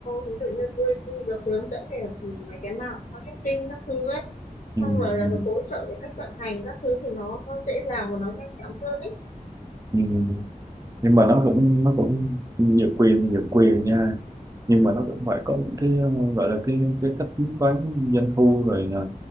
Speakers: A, on the left (about 65°); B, on the right (about 25°).
A: ví dụ như tôi được hướng dẫn về ừ, mấy cái mảng marketing các thứ ấy
B: ừ,
A: xong rồi là
B: ừ,
A: được hỗ trợ về cách vận hành các thứ thì nó nó dễ dàng và nó nhanh chóng hơn ấy
B: ừ. nhưng mà nó cũng nó cũng nhiều quyền thì nhiều quyền nha nhưng mà nó cũng phải có những cái ờ, gọi là cái cái cách tính toán doanh thu rồi là